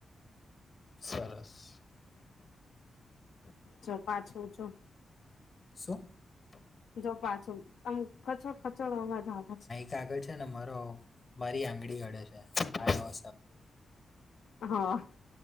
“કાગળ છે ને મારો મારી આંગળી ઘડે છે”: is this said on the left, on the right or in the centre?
Left